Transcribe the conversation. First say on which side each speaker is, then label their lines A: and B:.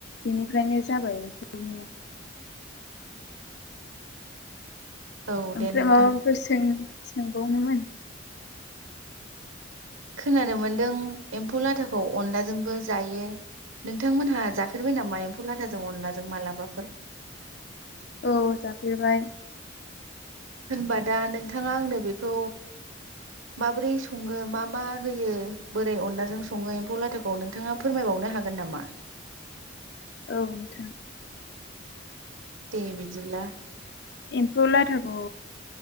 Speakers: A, on the left; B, on the right.
A: बेनिफ्रायनो जाबाय <unintelligible>
B: औ
A: ओमफ्राय
B: दे नोंथां
A: माबाफोर सों सोंबावनोमोन?
B: खोनानो मोन्दों एम्फौ लाथाखौ अनलाजोंबो जायो नोंथांमोनहा जाफेरबाय नामा एम्फौ लाथाजों अनलाजों मालाबाफोर?
A: औ जाफेरबाय
B: होनबा दा नोंथाङा आंनो बेखौ माबोरै सङो मा मा होयो बोरै अनलाजों सङो एम्फौ लाथाखौ नोंथाङा फोरमायबावनो हागोन नामा?
A: औ नोंथां
B: दे बिदिब्ला
A: एम्फौ लाथाखौ